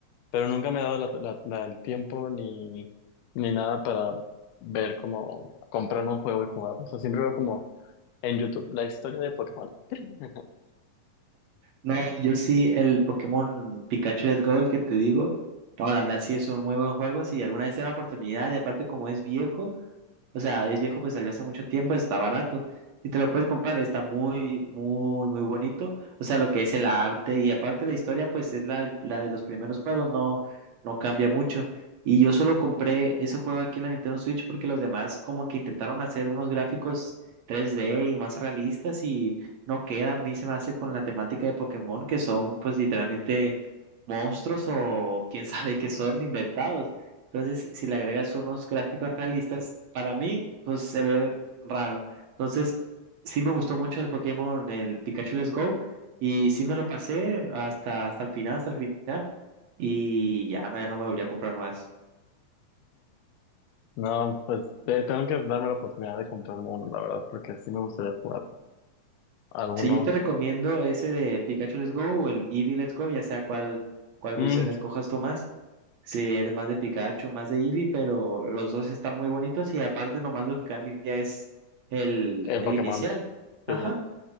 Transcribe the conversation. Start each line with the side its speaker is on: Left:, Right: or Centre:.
Left: pero nunca me he dado la- la- la- el tiempo ni, ni nada para ver cómo comprarme un juego y jugar. O sea, siempre veo como en YouTube la historia de Pokémon. <laughs>
Right: No, yo sí, el Pokémon Pikachu Let's Go, el que te digo. No, la verdad sí es un muy buen juego. Si alguna vez tiene la oportunidad, y aparte como es viejo, O sea, es viejo, pues salió hace mucho tiempo, está barato. Si te lo puedes comprar, está muy, muy, muy bonito. O sea, lo que es el arte y aparte la historia, pues es la, la de los primeros juegos, no, no cambia mucho. Y yo solo compré ese juego aquí en la Nintendo Switch porque los demás como que intentaron hacer unos gráficos 3D y más realistas y no queda. A mí se me hace con la temática de Pokémon, que son pues literalmente monstruos o quién <laughs> sabe qué son inventados. Entonces, si le agregas unos gráficos realistas, para mí, pues se ve raro. Entonces, sí me gustó mucho el Pokémon, el Pikachu Let's Go, y sí me lo pasé hasta, hasta el final, hasta el final, y ya no, ya no me volví a comprar más.
Left: No, pues te- tengo que darme la oportunidad de comprarme uno, la verdad, porque sí me gustaría jugar alguno.
Right: Sí, yo te recomiendo ese de Pikachu Let's Go o el Eevee Let's Go, ya sea cuál, cuál
Left: Mm,
Right: versión escojas tú más. Si eres más de Pikachu, más de Eevee, pero los dos están muy bonitos y aparte nomás lo que cambia es el,
Left: el
Right: el
Left: Pokémon,
Right: inicial. Ajá.
Left: sí, el-